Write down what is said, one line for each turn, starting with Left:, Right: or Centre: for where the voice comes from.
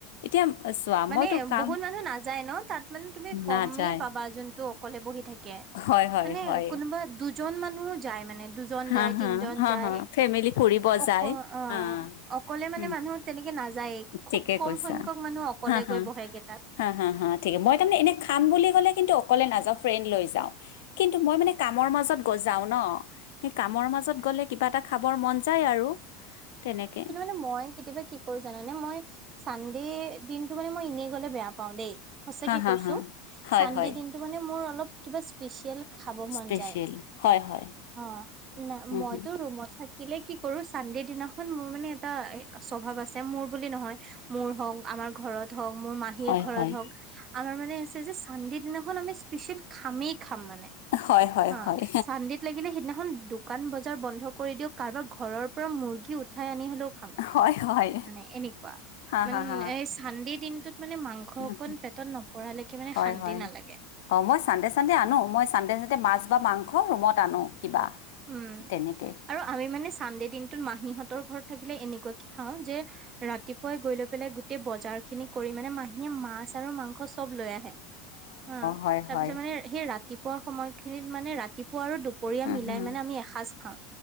Left: এতিয়া চোৱা
Right: মানে
Left: মইতো কাম
Right: বহুত মানুহ নাযায় ন তাত মানে তুমি কমেই
Left: নাযায়
Right: পাবা যোন তটো অকলে বহি থাকে
Left: হয় হয়
Right: মানে
Left: হয়
Right: কোনোবা দুজন মানুহ যায় মানে দুজন
Left: হা
Right: যায়
Left: হা
Right: তিনজন
Left: হা
Right: যায়
Left: হা ফেমিলি ফুৰিব
Right: অক
Left: যায়
Right: অ'
Left: হা
Right: অকলে মানে
Left: উম
Right: মানুহ তেনেকে নাযায়েই খুব
Left: ঠিকে
Right: কম
Left: কৈছা
Right: সংখ্যক মানুহ অকলে
Left: হা হা
Right: গৈ বহেগে তাত।
Left: হা হা হা ঠিক মই তাৰমানে এনে খাম বুলি ক'লে কিন্তু অকলে নাযাওঁ ফ্ৰেণ্ড লৈ যাওঁ। কিন্তু মই মানে কামৰ মাজত গ যাওঁ ন। সেই কামৰ মাজত গ'লে কিবা এটা খাবৰ মন যায় আৰু। তেনেকে
Right: কিন্তু মানে মই কেতিয়াবা কি কৰো জানানে মই চানডে দিনটো মানে মই এনেই গ'লে বেয়া পাওঁ দেই। সচাঁকে
Left: হা হা
Right: কৈছো
Left: হা হয়
Right: চান্দেৰ
Left: হয়
Right: দিনটো মানে মোৰ অলপ কিবা স্পেচিয়েল খাব মন
Left: স্পেচিয়েল
Right: যায়
Left: হয় হয়
Right: অ' ন
Left: উম
Right: মইতো
Left: হম
Right: ৰুমত থাকি থাকিলে কি কৰো চান্দে দিনাখন মোৰ মানে এটা এ স্বভাৱ আছে মোৰ বুলি নহয় মোৰ হওঁক আমাৰ ঘৰত হওঁক মোৰ মাহীৰ
Left: হয়
Right: ঘৰত
Left: হয়
Right: হওঁক। আমাৰ মানে আছে যে চান্ডে দিনাখন আমি স্পেচিয়েল খামে খামে মানে
Left: হয় হয়
Right: অ'
Left: হয়
Right: চান্দে লাগিলে সিদিনাখন দোকান বজাৰ বন্ধ কৰি দিয়ক কাৰোবাৰ ঘৰৰ পৰা মুৰ্গী উঠাই আনি হ'লেও খাম
Left: হয় হয়
Right: মানে এনেকুৱা
Left: হা
Right: মানে
Left: হা হা
Right: চান্দে দিনটোত মানে মাংস
Left: উম,
Right: অকন
Left: হুম,
Right: পেটত নপৰালৈকে মানে
Left: হয়
Right: শান্তি
Left: হয়
Right: নালাগে।
Left: অ', মই চানডে চানডে আনো মই চানডে চানডে মাছ বা মাংস ৰুমত আনো কিবা।
Right: উম,
Left: তেনেকে
Right: আৰু আমি মানে চানডে দিনটোত মাহীহঁতৰ ঘৰত থাকিলে এনেকুৱা কে খাওঁ যে ৰাতিপুৱাই গৈ লৈ পেলাই গোটেই বজাৰখিনি কৰি মানে মাহীয়ে মাছ আৰু মাংস চব লৈ আহে। অ',
Left: হয়
Right: তাৰ
Left: হয়
Right: পিছত মানে সেই ৰাতিপুৱা সময়খিনিত মানে ৰাতিপুৱা আৰু দুপৰীয়া
Left: উম
Right: মিলাই
Left: হম
Right: মানে আমি এসজ খাওঁ।